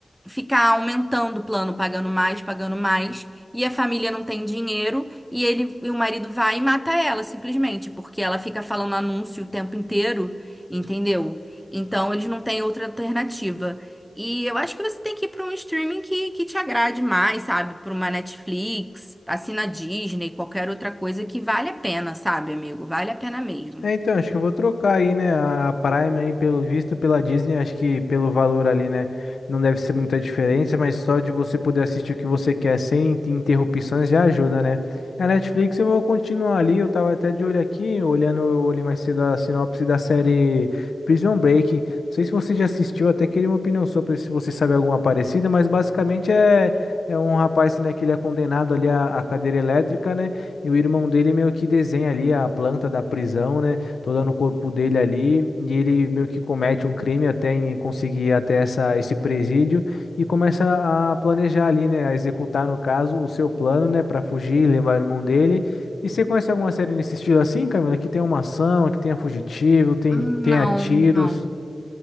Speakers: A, in the centre; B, on the left.
A: ficar aumentando o plano, pagando mais, pagando mais, e a família não tem dinheiro, e ele e o marido vai e mata ela, simplesmente, porque ela fica falando anúncio o tempo inteiro, entendeu? Então eles não têm outra alternativa. E eu acho que você tem que ir para um streaming que, que te agrade mais, sabe? Para uma Netflix, assina Disney, qualquer outra coisa que vale a pena, sabe, amigo? Vale a pena mesmo.
B: É, então, acho que eu vou trocar aí, né, a Prime aí, pelo visto, pela Disney, acho que pelo valor ali, né, não deve ser muita diferença, mas só de você poder assistir o que você quer sem ter interrupções já ajuda, né? A Netflix eu vou continuar ali, eu tava até de olho aqui, olhando, eu olhei mais cedo a sinopse da série Prison Break, não sei se você já assistiu, até queria uma opinião sua, pra ver se você sabe alguma parecida, mas basicamente é, é um rapaz, né, que ele é condenado ali à à cadeira elétrica, né, e o irmão dele meio que desenha ali a planta da prisão, né? Toda no corpo dele ali. E ele meio que comete um crime até em conseguir ir até essa, esse presídio e começa a planejar ali, né? A executar, no caso, o seu plano, né? Para fugir e levar o irmão dele. E você conhece alguma série nesse estilo assim, Camila? Que tem uma ação, que tenha fugitivo, tem,
A: Hum,
B: tenha
A: Não,
B: tiros.
A: não.